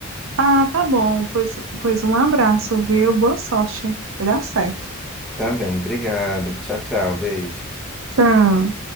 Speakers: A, on the right (about 70°); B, in the centre.
A: Ah, tá bom, pois, pois um abraço, viu? Boa sorte, vai dar certo.
B: Tá bem, obrigado. Tchau, tchau, beijo.
A: Tchau.